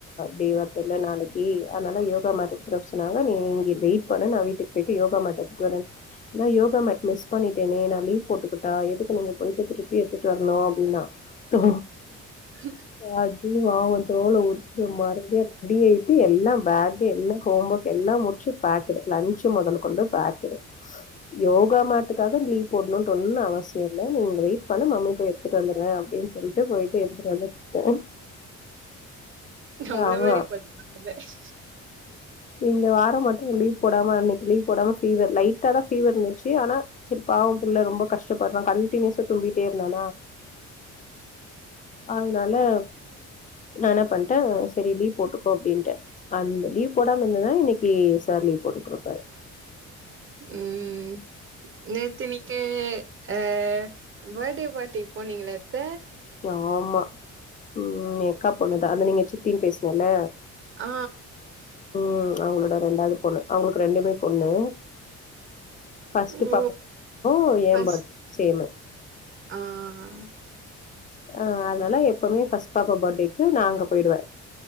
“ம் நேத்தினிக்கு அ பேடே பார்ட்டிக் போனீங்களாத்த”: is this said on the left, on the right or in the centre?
Right